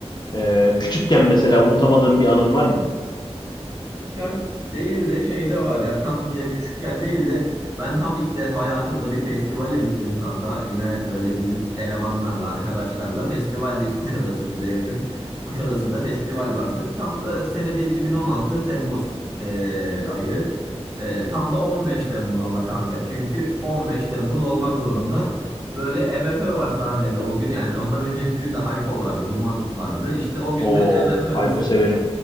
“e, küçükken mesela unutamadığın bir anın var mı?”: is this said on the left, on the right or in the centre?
Left